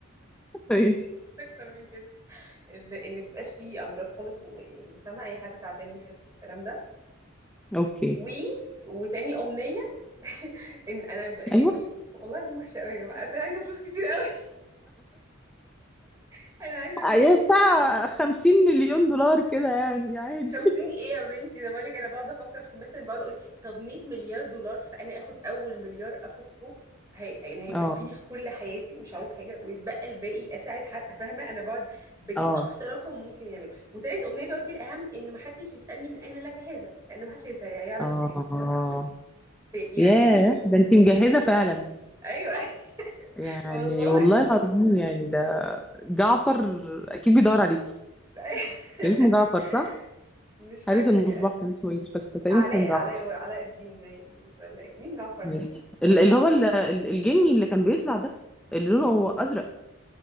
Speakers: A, in the centre; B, on the right.
A: ماشي
B: <laughs> مش اكتر من كده ال- ان مبيبقاش فيه امراض خالص ويعني فاهمه اي حد تعبان يخف والكلام ده
A: اوكي
B: و... وتاني امنيه <laughs> ان انا ب... يعني
A: ايوه
B: والله دي وحشه قوي يا جماعه بس انا عايزه فلوس كتير قوي <laughs> انا عايزه
A: ايوه
B: فلوس كتير
A: بتاع 50 مليون دولار كده يعني عادي
B: 50 ايه يا بنتي ده بالك انا بقعد افكر في مثلا بقعد اقول طب 100 مليار دولار فانا اخد اول مليار افكه هي... يعني هيكفيني
A: اه
B: في كل حياتي مش عاوز حاجه ويتبقى الباقي اساعد حد فاهمه انا بقعد بجيب
A: اه
B: اقصى رقم ممكن يعمل وتالت امنيه بقى ودي الاهم ان محدش يسالني من اين لك هذا لان محدش هيس- هيعرف
A: اه
B: يفهم يامن
A: ياه
B: لي
A: ده انت مجهزه
B: الحاجات ال...
A: فعلا
B: ايوه <laughs>
A: يعني
B: والله
A: والله العظيم يعني ده جعفر اكيد بيدور عليكي
B: <laughs>
A: كان اسمه جعفر صح؟
B: مش فاكرة
A: حارس المصباح
B: كده
A: كان اسمه ايه مش فاكره تقريبا
B: علاء
A: كان جعفر
B: علاء علاء الدين باين مش ولا ايه مين جعفر
A: ماشي
B: ده
A: ال- اللي هو ال- ال- الجني اللي كان بيطلع ده اللي لونه ازرق